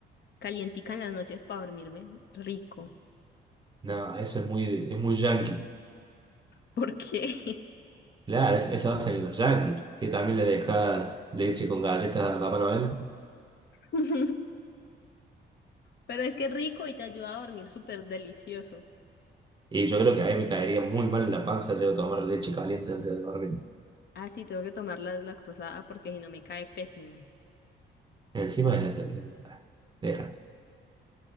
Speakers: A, on the left; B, on the right.
A: calientica en las noches para dormirme. Rico.
B: No, eso es muy, es muy yankee.
A: ¿Por qué?
B: Claro, es- eso hacen los yankees, que también le dejas leche con galletas a Papá Noel.
A: <laughs> Pero es que es rico y te ayuda a dormir súper delicioso.
B: Y yo creo que ahí me caería muy mal en la panza, llego a tomar leche caliente antes de dormir.
A: Ah, sí, tengo que tomar la deslactosada porque si no me cae pésimo.
B: Encima de la tortilla, ah, Deja.